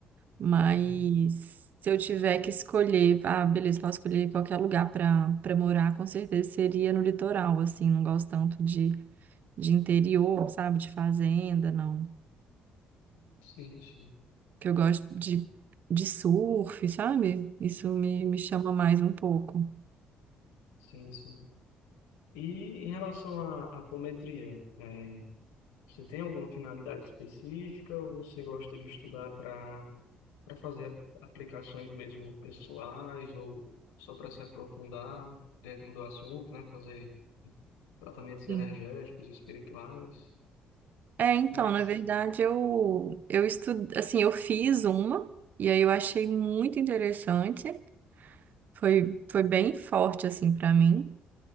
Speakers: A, on the right; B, on the left.
A: Mas
B: Uhum.
A: se eu tiver que escolher, ah, beleza, posso escolher qualquer lugar para para morar, com certeza seria no litoral, assim, não gosto tanto de, de interior, sabe? De fazenda, não.
B: Sim, sim,
A: que eu gosto de, de surf, sabe? Isso me, me chama mais um pouco.
B: sim, sim. E em relação à, à apometria, é, você tem alguma finalidade específica ou você gosta de estudar para para fazer a- aplicações mesmo pessoais ou só para se aprofundar dentro do assunto, né? Fazer tratamentos
A: Sim.
B: energéticos, espirituais?
A: É, então,
B: Como é que
A: na
B: se...
A: verdade, eu, eu estu, assim, eu fiz uma, e aí eu achei muito interessante, foi, foi bem forte, assim, para mim,